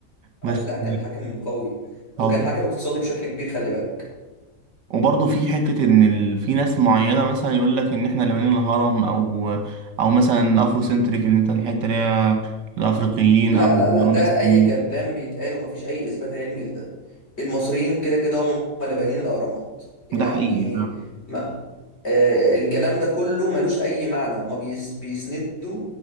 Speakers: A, on the left (about 35°); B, on the right (about 70°).
A: اه
B: بس
A: لا كان حاكم قوي
B: طب
A: وكان حاكم اقتصادي بشكل كبير خلي بالك
B: وبرضه في حتة إن ال... في ناس معينة مثلا يقول لك إن إحنا اللي بنينا الهرم أو أو مثلا أفرو سنتريك اللي أنت الحتة اللي هي الأفريقيين
A: لا
B: أو أو
A: لا لا ده
B: ناس تانية.
A: اي كلام بيتقال ومفيش اي اثبات علمي لده المصريين كده كده هم اللي بانيين الاهرامات يعني
B: ده حقيقي
A: ما آه الكلام ده كله ملوش اي معنى هما بيس بيسندوا